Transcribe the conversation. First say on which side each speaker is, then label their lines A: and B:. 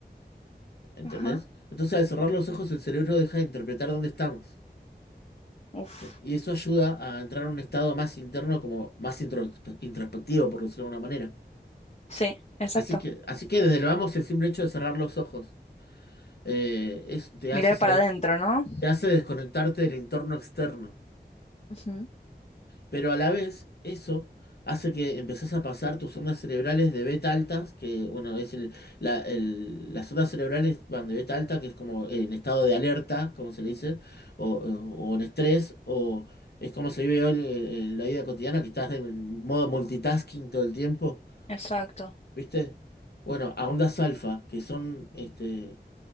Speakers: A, on the left (about 70°); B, on the left (about 40°).
A: ¿entendés?
B: Ajá.
A: Entonces al cerrar los ojos el cerebro deja de interpretar dónde estamos.
B: Uf.
A: Y eso ayuda a entrar a un estado más interno, como más introspe- introspectivo, por decirlo de alguna manera.
B: Sí, exacto.
A: Así que, así que desde el vamos, el simple hecho de cerrar los ojos eh, es- te
B: Mirar
A: hace salir,
B: para adentro, ¿no?
A: te hace desconectarte del entorno externo.
B: Ujú,
A: Pero a la vez, eso hace que empezás a pasar tus ondas cerebrales de beta altas, que bueno, es el, la- el- las ondas cerebrales van de beta alta, que es como en estado de alerta, como se le dice, o, o- o en estrés, o es como se vive hoy en, en la vida cotidiana, que estás en modo multitasking todo el tiempo,
B: Exacto.
A: ¿viste? Bueno, a ondas alfa, que son este,